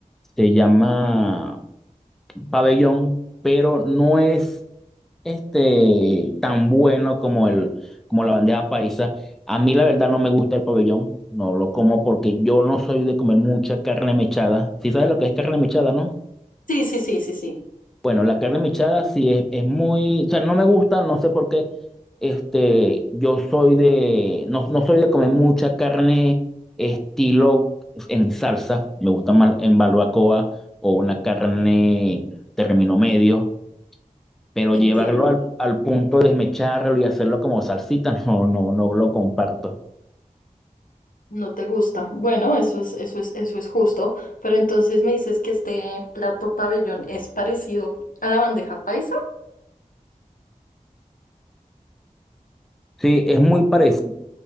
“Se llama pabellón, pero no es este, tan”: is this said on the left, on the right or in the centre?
Centre